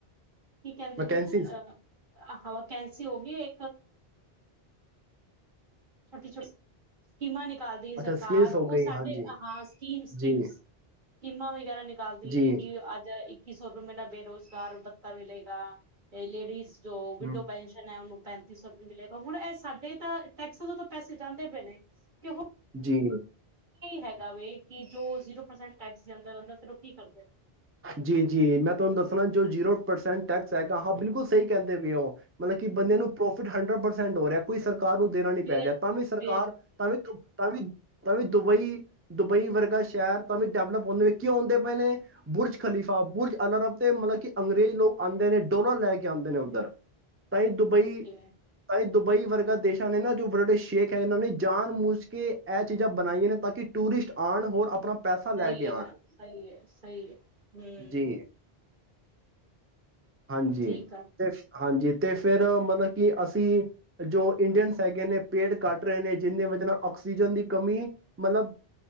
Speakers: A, on the right; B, on the right.
A: ਕੀ ਕਹਿੰਦੇ
B: ਵਕੈਂਸੀਜ਼
A: ਨੇ ਅਹ ਇੱਕ ਤਾਂ ਵੈਕੈਂਸੀ ਹੋ ਗਈ ਛੋਟੀ ਛੋਟੀ ਸਕੀਮਾਂ ਨੇ ਅਕਾਲੀ ਦਲ ਦੀ ਸਰਕਾਰ
B: ਅੱਛਾ ਸਕਿਲਸ
A: ਉਹ
B: ਹੋ ਗਈ
A: ਸਾਡੇ
B: ਹਾਂਜੀ
A: ਹਾਂ ਸਕੀਮ ਸਕੀਮ
B: ਜੀ
A: ਕਿਨਾਂ ਦੀ ਕਹਿਣਾ ਨਿਕਾਲਦੀ
B: ਜੀ
A: ਹੈਏ ਕਿ ਅੱਜ ਇੱਕ ਕਿਸ ਸਾਰਿਆਂ ਨੂੰ ਬੇਰੋਜ਼ਗਾਰ ਬੱਤਾ ਮਿਲੇਗਾ ਲੇਡੀਜ਼ ਜੋ ਵਿਡੋ
B: ਹਮ,
A: ਪੈਨਸ਼ਨ ਹੈ ਉਹਨੂੰ ਪੈਂਤੀ ਸੌ ਵੀ ਮਿਲੇਗਾ ਹੁਣ ਇਹ ਸਾਡੇ ਤਾਂ ਟੈਕਸ ਤੋਂ ਤਾਂ ਪੈਸੇ ਜਾਂਦੇ ਪਏ ਨੇ ਤੇ
B: ਜੀ
A: ਹੈਗਾ ਵ ਕਿ ਜੋ ਜ਼ੀਰੋ ਪਰਸੈਂਟ ਟੈਕਸ ਦੇ ਅੰਦਰ ਅੰਦਰ ਫਿਰ ਕੀ ਕਰਦੇ
B: ਜੀ ਜੀ ਮੈਂ ਤੁਹਾਨੂੰ ਦੱਸਣਾ ਜੋ ਜ਼ੀਰੋ ਪਰਸੈਂਟ ਟੈਕਸ ਹੈਗਾ ਹਾਂ ਬਿਲਕੁਲ ਸਹੀ ਕਹਿੰਦੇ ਪਏ ਹੋ ਮਤਲਬ ਕਿ ਬੰਦੇ ਨੂੰ ਪ੍ਰੋਫਿਟ ਹੰਡਰਡ ਪਰਸੈਂਟ ਹੋ ਰਿਹਾ ਕੋਈ ਸਰ ਸਰਕਾਰ ਨੂੰ ਦੇਣਾ ਨ
A: ਫੇਰ
B: ਪੈ ਰਿਹਾ ਤਾਂ ਵੀ ਸਰਕਾਰ
A: ਫੇਰ
B: ਤਾਂ ਵੀ ਤਾਂ ਵੀ ਤਾਂ ਵੀ ਦੁਬਈ ਦੁਬਈ ਵਰਗਾ ਸ਼ਹਿਰ ਤਾਂ ਵੀ ਡਿਵਲਪ ਹੁੰਦੇ ਕਿਉਂ ਆਉਂਦੇ ਪਏ ਨੇ ਬੁਰਜ ਖ਼ਲੀਫਾ ਬੁਰਜ ਅਲਅਰਬ ਤੇ ਮਤਲਬ ਕਿ ਅੰਗਰੇਜ਼ ਲੋਕ ਆਉਂਦੇ ਨੇ ਡੋਲਰ ਲੈ ਕੇ ਆਉਂਦੇ ਨੇ ਉੱਧਰ ਤ ਦੁਬਈ
A: ਓਕੇ
B: ਤ ਦੁਬਈ ਵਰਗਾ ਦੇਸ਼ਾਂ ਨੇ ਨਾ ਜੋ ਬੜੇ ਵਡੇ ਸ਼ੇਖ ਹੈ ਇਹਨਾਂ ਨੇ ਜਾਨ ਮੂਝ ਕੇ ਇਹ ਚੀਜ਼ਾਂ ਬਣਾਈਆਂ ਨੇ ਤਾਂ ਕਿ ਟੂਰਿਸਟ ਆਉਣ ਹੋਰ ਆਪਣਾ ਪੈਸਾ ਲੈ
A: ਸਹੀ
B: ਕੇ
A: ਹੈ
B: ਆਣ
A: ਸਹੀ ਹੈ ਸਹੀ ਆ ਹਮ
B: ਜੀ। ਹਾਂਜੀ
A: ਠੀਕ ਆ
B: ਤੇ ਹਾਂਜੀ ਤੇ ਫਿਰ ਮਤਲਬ ਕਿ ਅਸੀਂ ਜੋ ਇੰਡੀਅਨਸ ਹੈਗੇ ਨੇ ਪੇੜ ਕੱਟ ਰਹੇ ਨੇ ਜਿੰਹਦੇ ਵਜ ਨਾਲ ਆਕਸੀਜਨ ਦੀ ਕਮੀ ਮਤਲਬ